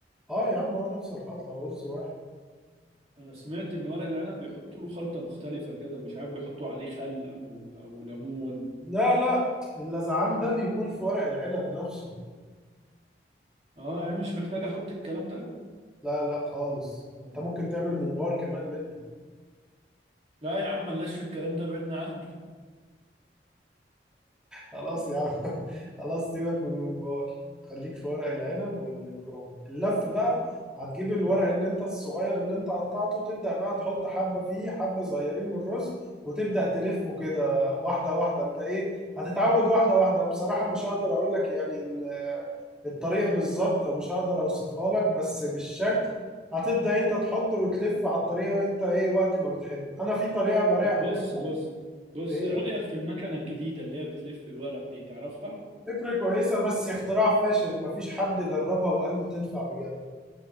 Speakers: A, in the centre; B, on the right (about 35°).
A: اه يا عم هو نفس الخلطة رز واحد
B: انا سمعت ان ورق العنب بيحطوا له خلطة مختلفة كده مش عارف بيحطوا عليه خل او او ليمون
A: لا لا اللذعان ده بيكون في ورق العنب نفسه
B: اه يعني مش محتاج احط الكلام ده
A: لا لا خالص انت ممكن تعمل ممبار كمان منه
B: لا يا عم ملناش في الكلام ده بعدنا عنه
A: خلاص يا عم <laughs> خلاص سيبك من الممبار خليك في ورق العنب والكرنب اللف بقى هتجيب الورق اللي انت الصغير اللي انت قطعته تبدأ بقى تحط حبة فيه حبة صغيرين من الرز وتبدأ تلفه كده واحدة واحدة انت ايه هتتعود واحدة واحدة بصراحة مش هقدر اقول لك يعني ال- الطريقة بالظبط مش هقدر اوصفها لك بس بالشكل هتبدأ انت تحط وتلف على الطريقة انت ايه وقت ما بتحب انا في طريقة براع
B: طب بص
A: بحب
B: بص بص
A: ايه
B: ايه رأيك في المكنة الجديدة اللي هي بتلف الورق دي تعرفها
A: فكرة كويسة بس اختراع فاشل مفيش حد جربها وقال بتنفع بجد